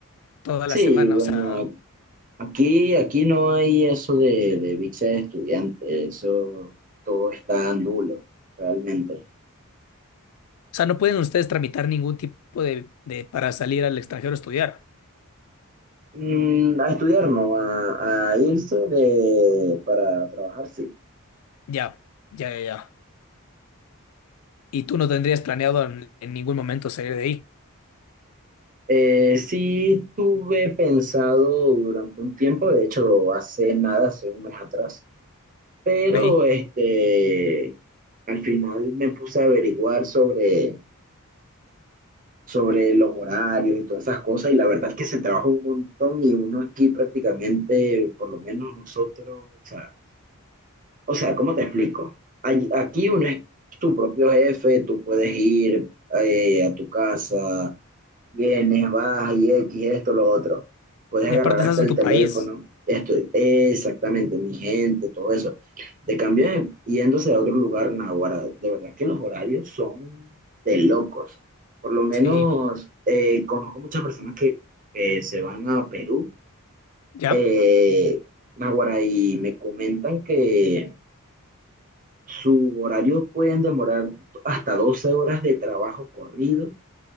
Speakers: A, on the left; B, on the right.
A: toda
B: sí,
A: la semana.
B: bueno,
A: O sea,
B: a-
A: o
B: aquí, aquí no hay eso de, de visa de estudiante, eso todo está nulo, realmente.
A: sea, no pueden ustedes tramitar ningún tipo de, de para salir al extranjero a estudiar.
B: Mm, a estudiar, no, a, a irse de, para trabajar, sí.
A: Ya, ya, ya, ya. Y tú no tendrías planeado en, en ningún momento salir de ahí,
B: Eh, sí tuve pensado durante un tiempo, de hecho hace nada, hace un mes atrás, pero
A: de ahí.
B: este, al final me puse a averiguar sobre, sobre los horarios y todas esas cosas y la verdad es que se trabaja un montón y uno aquí prácticamente, por lo menos nosotros, o sea, O sea, ¿cómo te explico? Ay- Aquí uno es tu propio jefe, tú puedes ir eh, a tu casa, vienes, vas y X, esto, lo otro. Puedes
A: Y
B: agarrar
A: aparte estás
B: hasta
A: en
B: el
A: tu
B: teléfono,
A: país.
B: esto, exactamente, mi gente, todo eso. De cambio, yéndose a otro lugar, naguará, de verdad que los horarios son de locos. Por lo menos
A: Sí,
B: eh, conozco muchas personas que, que se van a Perú,
A: ¿ya?
B: eh, naguará, y me comentan que su horario pueden demorar hasta 12 horas de trabajo corrido